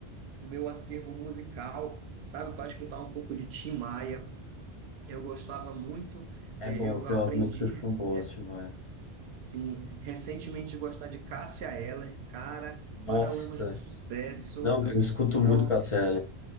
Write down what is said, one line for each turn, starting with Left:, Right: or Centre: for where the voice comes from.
Right: o meu acervo musical sabe, para escutar um pouco de Tim Maia, Eu gostava muito,
Left: É
Right: eh,
Left: bom,
Right: eu
Left: tem
Right: aprendi,
Left: umas músicas
Right: rec-
Left: que são boas,
Right: rec-
Left: Gilmar.
Right: sim, recentemente a gostar de Cássia Eller, cara,
Left: Nossa!
Right: Paralamas do Sucesso,
Left: Não, eu escuto
Right: são,
Left: muito Cássia